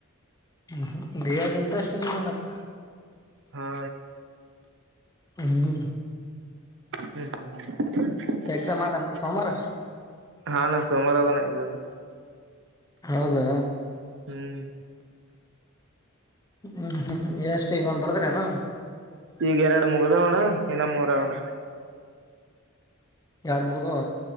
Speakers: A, on the left; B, on the right.
A: ಹ್ಮ ಬಿ ಇಂಟ್ರೆಸ್ಟ್ ಅಲ್ಲ ನನಗೆ
B: ಹಾ
A: ಹದು
B: ಹ್ಮ ಹ್ಮ್ ಹ್ಮ
A: ಎಕ್ಸಾಮ್ ಆದನ ಸೋಮವಾರ
B: ಹಾ ನ ಸೋಮಾರದನಮ
A: ಹೌದಾ
B: ಹ್ಮ್
A: ಹ್ಮ್ ಹ್ಮ್ ಎಷ್ಟ ಇವಾಗ್ ಬರದ್ರೆನು
B: ಈಗ ಎರಡ ಮುಗ್ದವಣ ಇನ್ನ ಮೂರವಣ
A: ಎಡ ಮುಗ್ದವ